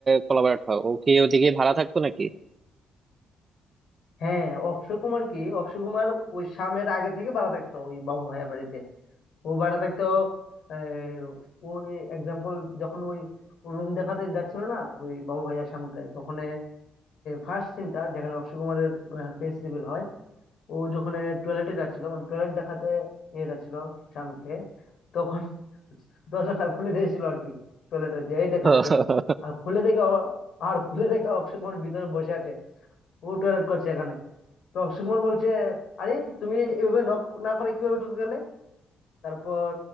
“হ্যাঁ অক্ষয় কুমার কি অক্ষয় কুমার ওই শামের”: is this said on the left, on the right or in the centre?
Left